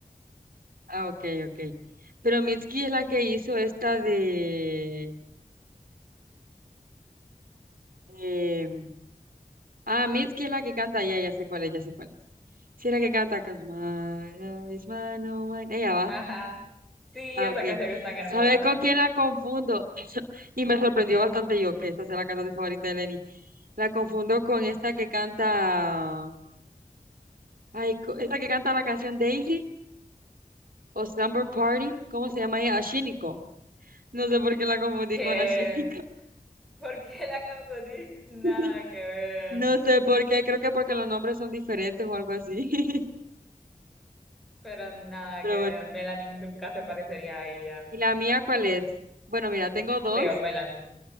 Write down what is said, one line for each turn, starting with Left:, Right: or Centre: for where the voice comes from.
Right: Ah, ok, ok. Pero Mitski es la que hizo esta de... em, ah, Mitski es la que canta, ya, ya sé cuál es, ya sé cuál es. Sí, es la que canta, Cause my love is mine, oh mine. Ella va.
Centre: Ajá. Sí,
Right: Ah,
Centre: esa
Right: ok.
Centre: canción es tan hermosa.
Right: ¿Sabes con quién la confundo? <laughs> Y me sorprendió bastante yo, que esta sea la cantante favorita de Lenny. La confundo con esta que canta... Ay, co- esta que canta la canción Daisy o Slumber Party. ¿Cómo se llama ella? Ashiniko. No sé por qué la confundí
Centre: Que,
Right: con Ashiniko.
Centre: ¿por qué la confundí? Nada
Right: <laughs>
Centre: que ver.
Right: No sé por qué, creo que porque los nombres son diferentes o algo así.
Centre: Pero nada
Right: <laughs> Pero
Centre: que ver.
Right: bueno.
Centre: Melanie nunca se parecería a ella.
Right: ¿Y la mía cuál es? Bueno, mira, tengo dos.
Centre: Digo, Melanie.